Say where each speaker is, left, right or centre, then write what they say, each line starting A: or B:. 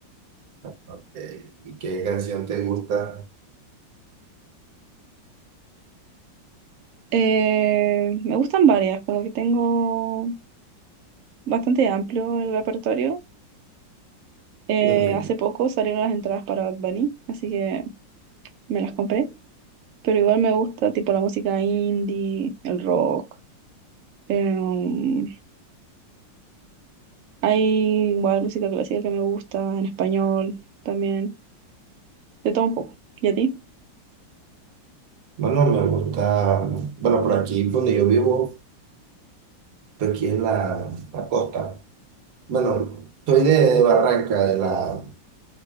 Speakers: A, on the right; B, on the right.
A: Ok, ¿Y qué canción te gusta?
B: Eh, me gustan varias, como que tengo bastante amplio el repertorio. Eh,
A: Mm,
B: hace poco salieron las entradas para Bad Bunny, así que me las compré. Pero igual me gusta tipo la música indie, el rock. eh, um, hay igual música clásica que me gusta, en español también. De todo un poco. ¿Y a ti?
A: Bueno, me gusta, bueno, por aquí donde yo vivo, por aquí es la, la costa. Bueno, soy de, de Barranca, de la,